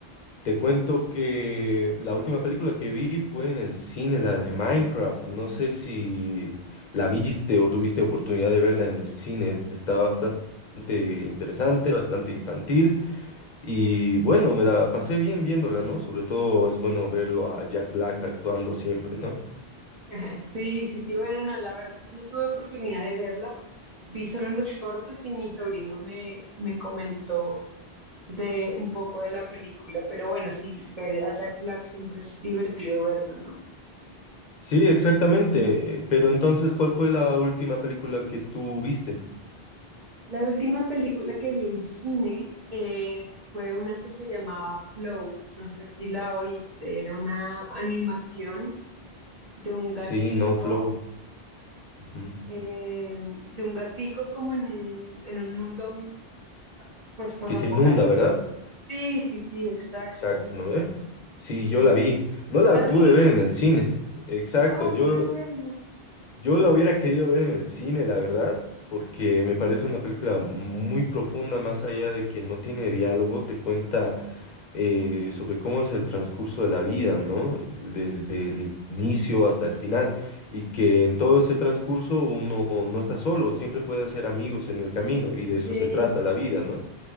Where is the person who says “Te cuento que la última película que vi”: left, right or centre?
Left